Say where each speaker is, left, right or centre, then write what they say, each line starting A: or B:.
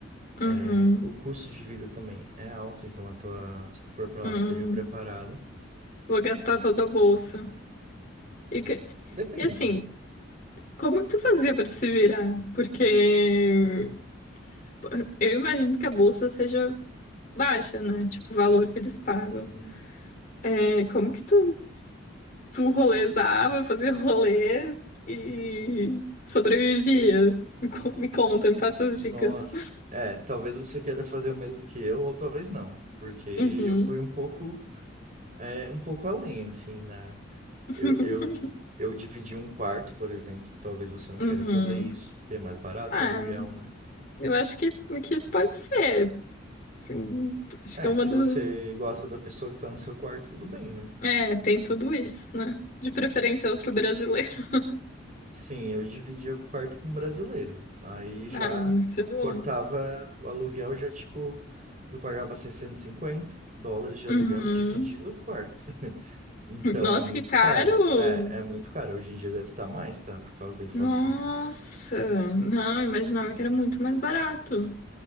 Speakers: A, on the left; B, on the right.
A: uhum,
B: É, o custo de vida também é alto, então a tua, se tu for pra
A: uhum.
B: lá, esteja preparada.
A: Vou gastar toda a bolsa. E, que-
B: Depende.
A: e assim, como que tu fazia pra se virar? Porque s- eu imagino que a bolsa seja baixa, né? Tipo, o valor que eles pagam.
B: Uhum.
A: É, como que tu tu rolezava, fazia rolês e sobrevivia. Me co- me conta, me passa as
B: Nossa.
A: dicas.
B: É, talvez você queira fazer o mesmo que eu, ou talvez não. Porque
A: Uhum.
B: eu fui um pouco, é, um pouco além, assim, na,
A: <laughs>
B: Eu, eu, eu dividi um quarto, por exemplo. Talvez você não
A: Uhum.
B: queira fazer isso, porque é mais barato
A: Ah,
B: o aluguel, né?
A: eu acho que, que isso pode ser. Assim, acho
B: É,
A: que é uma
B: se
A: das.
B: você gosta da pessoa que tá no seu quarto, tudo bem, né?
A: É, tem tudo isso, né? De preferência, outro brasileiro. <laughs>
B: Sim, eu dividia o quarto com um brasileiro. Aí já
A: Ah, isso é bom.
B: cortava o aluguel, já tipo, eu pagava 650 dólares de aluguel
A: Uhum.
B: dividindo o quarto. <laughs> Então
A: Nossa,
B: é muito
A: que caro!
B: caro. É, é muito caro. Hoje em dia deve estar mais, tá? Por causa da inflação.
A: Nossa! Não, imaginava que era muito mais barato.